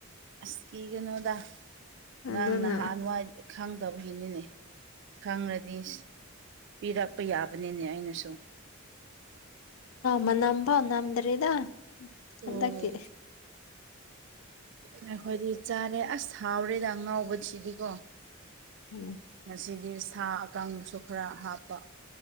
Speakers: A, on the right; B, on the left.
A: ꯑꯁ ꯀꯤ ꯀꯩꯅꯣꯗ ꯅꯪ
B: ꯑꯗꯨꯅ
A: ꯅꯍꯥꯟ ꯋꯥꯏ ꯈꯪꯗꯕꯒꯤꯅꯤꯅꯦ ꯈꯪꯂꯉꯗꯤ ꯄꯤꯔꯛꯄ ꯌꯥꯕꯅꯤꯅꯦ ꯑꯩꯅꯁꯨ꯫
B: ꯃꯅꯥꯝꯕ ꯅꯝꯗꯔꯤꯗ ꯍꯟꯗꯛꯀꯤ꯫
A: ꯎꯝ ꯑꯩꯈꯣꯏꯗꯤ ꯆꯥꯔꯦ ꯑꯁ ꯊꯥꯎꯔꯦꯗ ꯉꯥꯎꯕꯁꯤꯗꯤꯀꯣ꯫
B: ꯎꯝ꯫
A: ꯉꯁꯤꯒꯤ ꯁꯥ ꯑꯀꯪꯕꯁꯨ ꯈꯔ ꯍꯥꯞꯄ꯫